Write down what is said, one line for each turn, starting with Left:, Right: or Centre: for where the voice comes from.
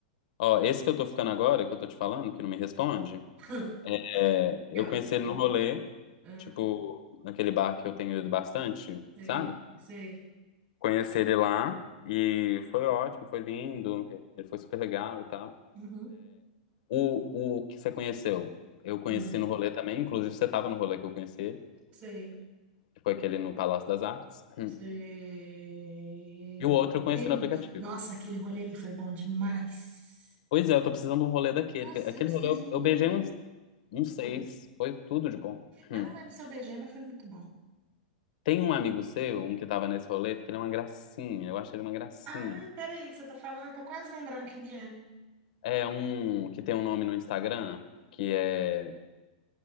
Left: Ó, esse que eu tô ficando agora, que eu tô te falando, que não me responde,
Right: <laughs>
Left: é, eu
Right: Pior.
Left: conheci ele no rolê,
Right: Ah,
Left: tipo, naquele bar que eu tenho ido bastante,
Right: sei,
Left: sabe?
Right: sei.
Left: Conheci ele lá e foi ótimo, foi lindo, ele foi super legal e tal.
Right: Uhum.
Left: O, o que você conheceu? Eu conheci
Right: Uhum.
Left: no rolê também, inclusive você tava no rolê que eu conheci ele,
Right: Sei,
Left: que foi aquele no Palácio das Artes. Hum.
Right: sei.
Left: E o outro eu conheci
Right: Lembro.
Left: no aplicativo.
Right: Nossa, aquele rolê ali foi bom demais.
Left: Pois é, eu tô precisando de um rolê daquele.
Right: Nossa,
Left: Aquele
Right: eu preciso
Left: rolê eu,
Right: muito.
Left: eu beijei uns Um seis. Foi tudo de bom. Hum.
Right: Eu não lembro se eu beijei, mas foi muito bom.
Left: Tem um amigo seu, um que tava nesse rolê, que ele é uma gracinha. Eu acho ele uma gracinha.
Right: Ai, peraí, que você tá falando? Eu tô quase lembrando quem que é.
Left: É um que tem um nome no Instagram, que é.